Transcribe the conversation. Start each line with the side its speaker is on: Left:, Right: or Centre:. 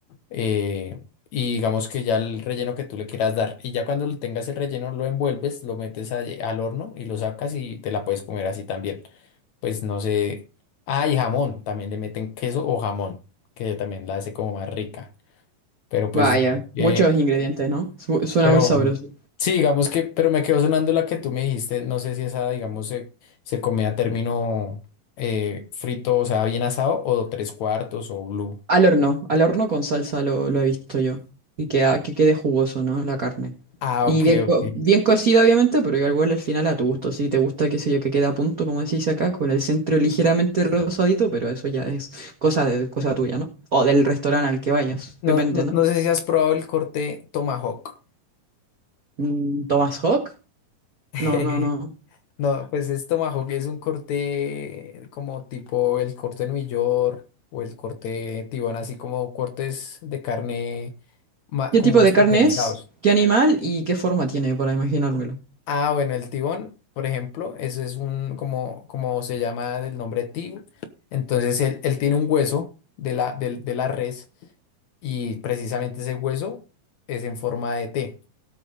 Left: eh, y digamos que ya el relleno que tú le quieras dar. Y ya cuando tengas el relleno lo envuelves, lo metes a- eh, al horno y lo sacas y te la puedes comer así también. Pues no sé. Ah, y jamón, también le meten queso o jamón, que también la hace como más rica. Pero pues
Right: Vaya,
Left: eh,
Right: muchos ingredientes, ¿no? Su- suena
Left: pero
Right: muy sabroso.
Left: sí, digamos que, pero me quedó sonando la que tú me dijiste. No sé si esa, digamos, se, se come a término eh, frito, o sea, bien asado, o tres cuartos o blue.
Right: Al horno, al horno con salsa lo, lo he visto yo. Y que que quede jugoso, ¿no? La carne.
Left: Ah,
Right: Y
Left: ok,
Right: bien, co-
Left: ok.
Right: bien cocida, obviamente, pero yo igual al final a tu gusto. Si te gusta, qué sé yo, que quede a punto, como decís acá, con el centro ligeramente rosadito, pero eso ya es cosa de, cosa tuya, ¿no? O del restaurante al que vayas, depende,
Left: No, no,
Right: ¿no?
Left: no sé si has probado el corte tomahawk.
Right: Mm, ¿Thomas Hawk?
Left: <laughs>
Right: No, no, no.
Left: No, pues es tomahawk, es un corte como tipo el corte New York o el corte tibón, así como cortes de carne ma-
Right: ¿Qué
Left: como
Right: tipo de
Left: especializados.
Right: carne es? ¿Qué animal y qué forma tiene, para imaginármelo?
Left: Ah, bueno, el tibón, por ejemplo, ese es un, como, como se llama del nombre tigo. Entonces, él, él tiene un hueso de la, del- de la res y precisamente ese hueso es en forma de T